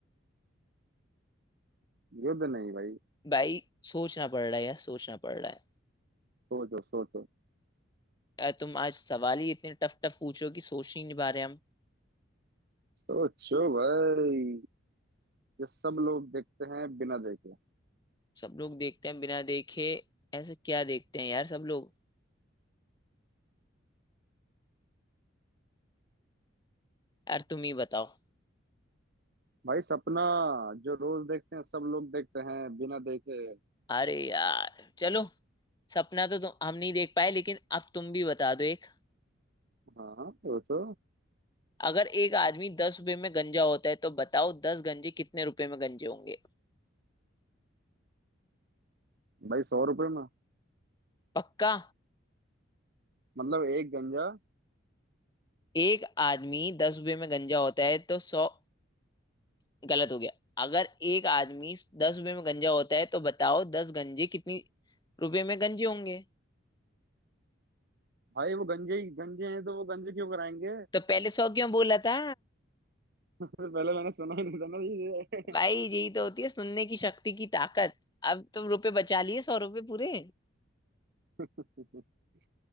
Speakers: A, on the right; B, on the left.
A: युद्ध नहीं भाई
B: भाई सोचना पड़ रहा है यार सोचना पड़ रहा है
A: सोचो सोचो
B: यार तुम आज सवाल ही इतने टफ टफ पूछ रहे हो कि सोच ही नहीं पा रहे हम
A: सोचो भाई जो सब लोग देखते हैं बिना देखे
B: सब लोग देखते हैं बिना देखे ऐसा क्या देखते हैं यार सब लोग यार तुम ही बताओ
A: भाई सपना जो रोज देखते हैं सब लोग देखते हैं बिना देखे
B: अरे यार चलो सपना तो तुम हम नहीं देख पाए लेकिन अब तुम भी बता दो एक।
A: हाँ हाँ वो तो
B: अगर एक आदमी दस रुपए में गंजा होता है तो बताओ दस गंजे कितने रुपए में गंजे होंगे
A: भाई सौ रुपए में
B: पक्का
A: मतलब एक गंजा
B: एक आदमी दस रुपए में गंजा होता है तो सौ गलत हो गया अगर एक आदमी दस रुपए में गंजा होता है तो बताओ दस गंजे कितनी रुपए में गंजे होंगे
A: भाई वो गंजे ही गंजे हैं तो वो गंजे क्यों कराएंगे <laughs>
B: तो पहले सौ क्यों बोला था
A: उससे पहले मैंने सुना ही नहीं था ना ये
B: भाई यही तो होती है सुनने की शक्ति की ताकत अब तुम रुपए बचा लिए सौ रुपए पूरे
A: <laughs>